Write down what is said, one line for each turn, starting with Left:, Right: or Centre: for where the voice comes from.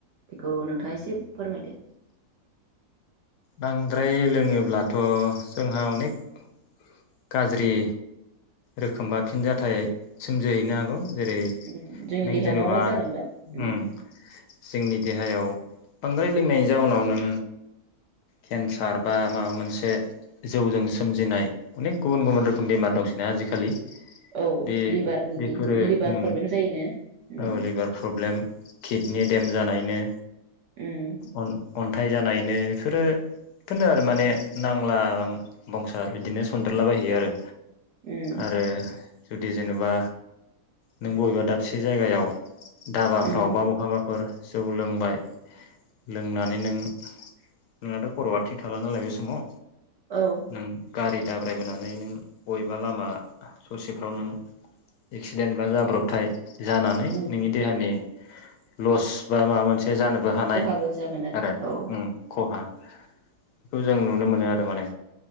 Right: बेखौ नोंथाङा एसे फोरमायदो
Left: बांद्राय लोङोब्लाथ' जोंहा अनेख गाज्रि रोखोमबा फिनजथायाइ सोमजिहैनो हागौ जेरै
Right: उम जोंनि
Left: नों
Right: देहायाव
Left: जेन'बा
Right: मा मा जागोनबा उम
Left: ओम जोंनि देहायाव बांद्राय लोंनायनि जाउनाव नों केन्सार बा माबा मोनसे जौजों सोमजिनाय अनेख गुबुन गुबुन रोखोम बेमार दंसैना आजिखालि
Right: औ
Left: बे
Right: लिभारनि
Left: बेफोरो
Right: लिभार
Left: ओम
Right: प्रब्लेम जायोनो उम
Left: औ लिभार प्रब्लेम किडनि देम जानाय बिनो
Right: उम
Left: अन-अन अनथाय जानायनो बेफोरोफोरनो आरो माने नांला बंसा बिदिनो खुन्देरलाबायहैयो आरो
Right: उम
Left: आरो जुदि जेनेबा नों बबेबा दाबसे जायगायाव धाबाफ्रावबा
Right: उम
Left: बहाबाफोर जौ लोंबाय लोंनानै नों नोंनाथ' खर'आ थिग थाला नालाय बे समाव
Right: औ
Left: नों गारि दाब्रायबोनानै नों बबेबा लामा ससेफ्राव नों एक्सिडेन्ट बा जाब्रबथाय जानानै
Right: उम
Left: नोंनि देहानि लस बा माबा मोनसे जानोबो हानाय
Right: खहाबो जागोन
Left: आरो
Right: औ
Left: ओम खहा बेखौ जों नुनो मोनो आरो माने